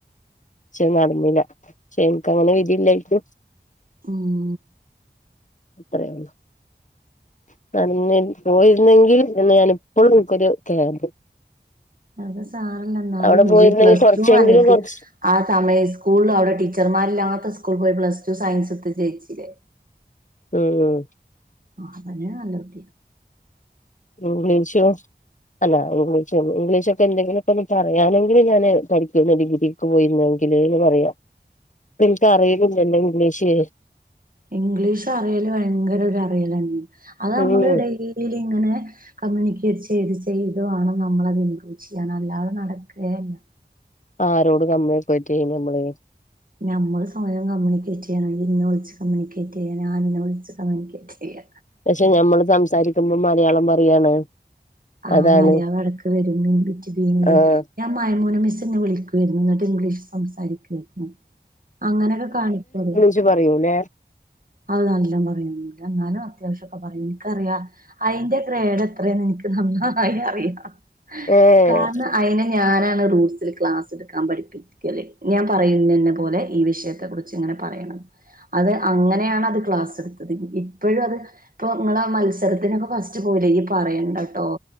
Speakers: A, on the left; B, on the right.
A: ഷെ ന്നടന്നില ഷെ ഇൻക്കങ്ങനെ വിധില്ലായിര്ക്കും.
B: ഉം
A: ത്രയെ ള്ളൂ. <unintelligible> പോയിര്ന്നെങ്കി എന്ന് ഞാനിപ്പഴും ഇൻക്കൊരു കേത
B: അത് സാരല്ല ന്നാലും
A: അവിടെ പോയിരുന്നെങ്കിൽ
B: ഇജ്ജ് പ്ലസ്
A: കൊറച്ചെങ്കിലും
B: ടു അനക്
A: കൊറച്ച്
B: ആഹ് തമയ ഇസ്കൂൾള് അവ്ടെ ടീച്ചർമാരില്ലാത്ത സ്കൂൾ പോയി പ്ലസ്ടു സയൻസ്ട്ത് ജെയിച്ചിലെ.
A: ഉം ഉം
B: ആ അതന്നെ നല്ലെട്ടീ.
A: ഇഗ്ലിഷും അല്ല ഇംഗ്ലിഷ് ഇംഗ്ലിഷൊക്കെ എന്തെങ്കിലുംക്കൊന്ന് പറയാനെങ്കിലും ഞാന് പഠിക്കാര്ന്നു ഡിഗ്രി. ക്ക് പോയിര്ന്നെങ്കില്ന്ന് പറയാ പ്പിൻക്ക് അറീണില്ലല്ലോ ഇംഗ്ലീഷ്
B: ഇംഗ്ലീഷറിയല് ഭയങ്കര ഒരു അറിയലന്നേ അത് അമ്മള്
A: ഉം
B: ഡെയിലിങ്ങനെ കമ്മ്യൂണിക്കേറ്റ് ചെയ്ത് ചെയ്ത് വാണം നമ്മളത് ഇപ്രൂവ് ചെയ്യൻ അല്ലാതെ ന്നടക്കയെല്ല.
A: ആരോട് കമ്യൂണിക്കൊയിറ്റ് ഇയ്യിന് ഞമ്മള്.
B: ഞമ്മള് സ്വയം കമ്മ്യൂണിക്കേറ്റെയ്യണം ഇയ്യ് ഇന്നെ വിൾച്ച് കമ്മ്യൂണിക്കേറ്റയ്യാ ഞാൻ നിന്നെ വിൾച്ച് കമ്മ്യൂണിക്കേറ്റ്യ്യ.
A: പഷെ ഞമ്മള് സംസാരിക്കുമ്പോ മലയാളം പറയാണ്.
B: ആഹ്
A: അതാണ്
B: മലയാളെടക്ക് വെരും മീൻ ബിറ്റ് ബീൻല്
A: ആഹ്
B: ഞാ മയമൂന മിസ്സിന്നെ വിളിക്കേര്ന്നു ന്ന്ട്ട് ഇംഗ്ലീഷ് സംസാരിക്ക്ര്ന്നു. അങ്ങനെയൊക്കെ കാണിക്കു അത്?
A: ജ്ജ് പറയൂല്ലെ?
B: അത് ന്നല്ലോം പറയുന്നു എന്നാലും അത്യാവശ്യംയൊക്കെ പറയും ഇൻക്കറിയാ അയിന്റെ ഗ്രേഡെത്രന്ന് ഇൻക്ക് ന്നന്നായി അറിയാം
A: ഏഹ്
B: കാരണം അയിനെ ഞാനാണ് റൂട്ട്സിൽ ക്ലാസ്ട്ക്കാൻ പഠിപ്പിക്കല് ഞാൻ പറയുന്നന്നെ പോലെ ഈ വിഷയത്തെ കുറി ച്ച്ങ്ങ്നെ പറയണം അത് അങ്ങനെയാണത് ക്ലാസ്സ്ട്ത്തത് ഇപ്പെഴുഅത് ഇപ്പൊ ഇങ്ങളെ ആഹ് മത്സരത്തിനൊക്കെ ഫസ്റ്റ് പോലെ ഈ പറയണ്ടട്ടോ.